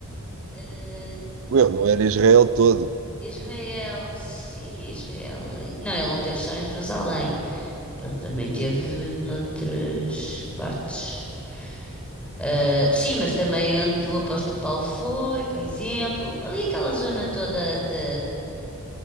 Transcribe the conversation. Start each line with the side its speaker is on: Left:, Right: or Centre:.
Centre: Eh,
Right: Eu não era Israel todo.
Centre: Israel. Sim, Israel. ali. Não, ele não teve só em Jerusalém. Ele também teve noutras partes. Eh, sim, mas também onde o apóstolo Paulo foi, por exemplo, ali aquela zona toda da,